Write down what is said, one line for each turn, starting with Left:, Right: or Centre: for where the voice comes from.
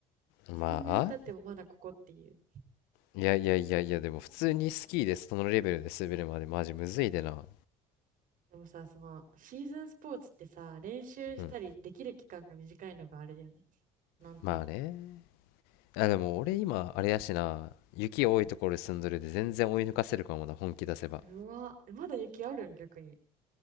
Left: まあ、
Right: 3年経ってもまだここっていう。
Left: いやいやいやいや、でも普通にスキーでそのレベルで滑るまでマジむずいでな。
Right: でもさ、その、シーズンスポーツってさ、練習したりできる期間が短いのがあれだよね。
Left: うん。
Right: 難点。
Left: まあね。あ、でも俺今、あれやしな。雪多いところで住んどるで全然追い抜かせるかもな、本気出せば。
Right: うわ、まだ雪あるん逆に。